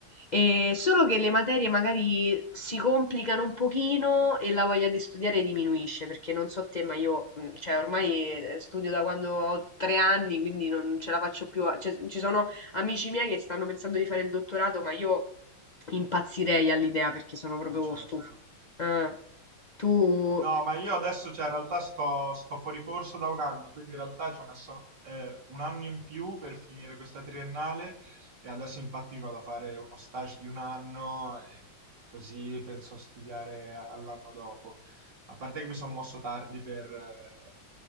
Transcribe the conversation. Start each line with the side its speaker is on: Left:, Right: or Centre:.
Left: Ehm, solo che le materie magari si complicano un pochino e la voglia di studiare diminuisce, perché non so te, ma io, mhmm, cioè ormai, ehm, studio da quando ho 3 anni, quindi non ce la faccio più a cioè ci sono amici miei che stanno pensando di fare il dottorato, ma io impazzirei all'idea perché sono
Right: No,
Left: proprio
Right: certo.
Left: stufa. Eh. Tu
Right: No, ma io adesso, cioè, in realtà sto, sto fuori corso da un anno, quindi in realtà ci ho messo eh, un anno in più per finire questa triennale e adesso infatti mi vado a fare uno stage di un anno e così penso a studiare all'anno dopo. A parte che mi sono mosso tardi per, eh,